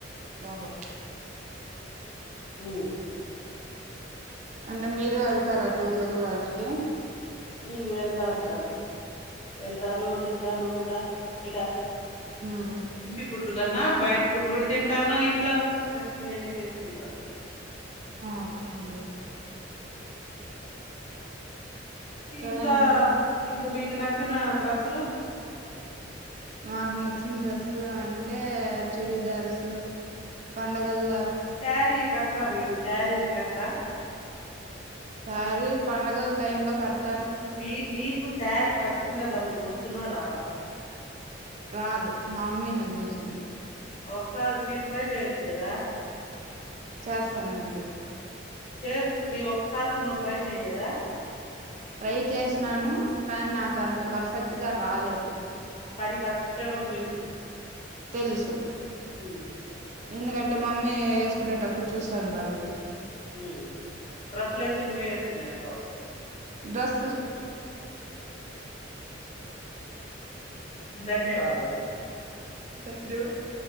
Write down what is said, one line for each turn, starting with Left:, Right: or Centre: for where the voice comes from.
Right: ఓహో
Left: మ్
Right: అంటే మీరు వెళ్తారా టూర్లలకు వాటికి
Left: ఉ వెళ్తా ఉంటాను వెళ్తాను తింటాను అక్కడ బట
Right: ఉమ్
Left: ఇంటి ఫుడ్డు కన్నా బయట ఫుడ్ కూడా తింటాను ఇంట్లో ర్రెస్గా నేనే చేసుకుంటాను.
Right: ఓకే అండి సరే
Left: ఇంకా
Right: అండి
Left: ఇంకా మీకు నచ్చిన డ్రెస్సులు
Right: మాకు నచ్చిన డ్రెస్సులు అంటే చుడీదార్సు పండగల
Left: శారీ కట్రా మీరు శారీనే కట్రా
Right: సారి పనగ టైమ్ లో కడత్
Left: మీ నీకు శారీ కట్టుకునేే దానికి వచ్చునా రాధా
Right: రాదు మమ్మీ హెల్ప్ చేస్తుంది
Left: ఒకసారి మీరు ట్రై చేయొచ్చు కదా
Right: చేస్తానునండి
Left: చే మీ ఒక్కసారి కూడా నువ్వు ట్రై చేయలేదా
Right: ట్రై చేసినాను కానీ నాకు అంత పర్ఫెక్ట్గా రాలేదు
Left: కాని కట్టడం తెలుసు
Right: తెలుసు
Left: ఉమ్,
Right: ఎందుకంటే మమ్మీ యేసుకునేటప్పుడు చూస్తాం గాబట్టి
Left: ఊ డ్రస్సులైతే నువ్వే వేసుకునే వేస్తవ్
Right: దసుల్
Left: ధన్యవాదాలు
Right: ధన్ దుడ్